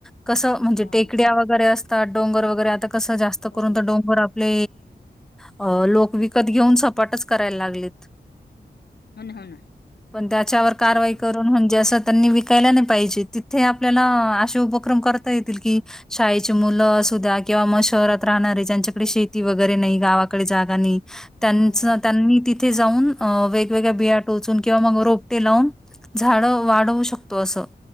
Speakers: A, in the centre; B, on the left.
A: कसं म्हणजे
B: हा
A: टेकड्या वगैरे असत डोंगर वगैरे आ कं जास्त
B: हो
A: करून डोंगर आपले अ लोक विकत घेऊन सपाटच करायला लागलेत
B: हो ना हो ना
A: पण त्याच्यावर कारवाई
B: तेच ना
A: करून म्हजेस त्यांनी विकायला नाही पाहिजे तिथे आपल्याला असे उपक्रम करता येतील कि शाळेचे मुलं असध्या किंवा म शहरात राहणारे ज्यांच्याकडे शेती वगैरे नाही गावाकडे जागा नाही त्यांच
B: हो
A: त्यांनी ते जाऊन अ वेगवेगळ्या बिया टोचून किंवा मग रोपटे लावून झाड वाढवू शकतो असं